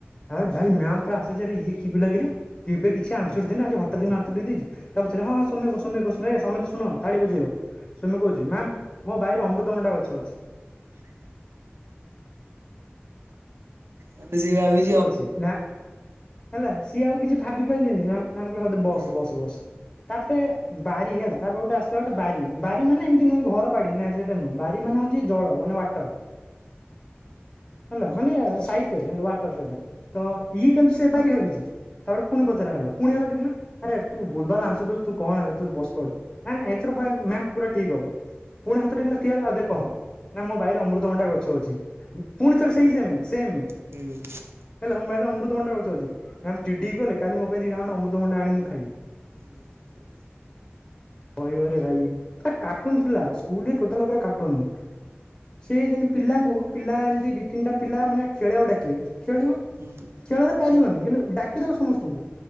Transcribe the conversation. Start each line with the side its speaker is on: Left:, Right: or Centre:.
Left: ଆରେ ଭାଇ ମ୍ୟାମ ପୁରା ଆଶ୍ଚର୍ଯ୍ୟରେ ଇଏ କି ପିଲା କିରେ କେବେ କିଛି ଆନ୍ସର ଦିଏ ନି ଆଜି ହଠାତ କିନା ହାତ ଟେକିଦେଇଛି। ତା ପଛରେ ହଁ ହଁ ସୋମ୍ୟ କୁହ ସୋମ୍ୟ କୁହ, ଶୁଣ ଏ ସମସ୍ତେ ଶୁଣ ତାଳି ବଜେଇବ। ସୋମ୍ୟ କହୁଛି ମ୍ୟାାମ ମୋ ବାଇରେ ଅମୃତ ଭଣ୍ଡା ଗଛ ଅଛି।
Right: ମାନେ ସିଏ ଭାବି
Left: ଠିକ୍ ଅଛି ନା ହେଲା ସିଏ ଆଉ କିଛି ଭାବି ପାଇଲାନି ଆଉ ମ୍ୟାମ୍ କହିଲେ ହଉ ଦେ ବସ୍
Right: ତାପରେ
Left: ବସ୍ ବସ୍। ତାପରେ ବାରି ହେଲା, ତା ପରେ ଗୋଟେ ଆସିଲା ଗୋଟେ ବାରି। ବାରି ମାନେ ଏମିତି ନୁହଁ ଘର ବାଡିି ନା ସେ ଟା ନୁହଁ। ବାରି ମାନେ ହଉଛି ଜଳ ମାନେ ୱାଟର। ହେଲା ମାନେ ସାହିତ୍ୟରେ ହେଲା ୱାଟର ସେଇଟା, ତ ଇଏ କିନ୍ତୁ ସେ ବାରି ଭାବିଛି। ତାପରେ ଫୁଣି ପଚରା ହେଲା ପୁଣି ହାତ ଟେକିଲା, ଆରେ ତୁ ଭୁଲ ଭାଲ ଆନସର ଦଉଚୁ, ତୁ କହନାରେ ତୁ ବସ ପଡ। ନା ନା ଏଥର ପାଇଁ ମ୍ୟାମ ପୁରା ଠିକ୍ ହବ। ଫୁଣି ହାତ ଟେକିଲା ଠିଆ ହେଲା ଆଉ ଦେ କହ, ନା ମୋ ବାଇରେ ଅମୃତଭଣ୍ଡା ଗଛ ଅଛି ଉଁ ପୁଣି ଥରେ ସେଇ ସେମ୍, ସେମେ
Right: ହୁଁ।
Left: ହେଲା ଆମ ବାଇରେ ଅମୃତଭଣ୍ଡା ଗଛ ଅଛି। ମ୍ୟାମ୍ ଚିଡିକି କହିଲେ, କାଲି ମୋ ପାଇଁ ଦିଟା ଖଣ୍ଡେ ଅମୃତଭଣ୍ଡା ଆଣିବୁ ମୁଁ ଖାଇବି।
Right: ହୁଁ ତାପରେ।
Left: କହିବରେ ଭାଇ, କାର୍ଟୁନ ଥିଲା ସ୍କୁଲରେ ଟୋଟାଲ୍ ଉପରେ କାର୍ଟୁନ୍। ସେ ଯେମିତି ପିଲାଙ୍କୁ
Right: ହଁ
Left: ପିଲା ଏମିତି ଦି ତିନିଟା ପିଲା ମାନେ ଖେଳିବାକୁ ଡାକିବେ ଖେଳିବ
Right: ହୁଁ।
Left: ଖେଳରେ ପାରିବନି କିନ୍ତୁ ଡାକିଦବ ସମସ୍ତଙ୍କୁ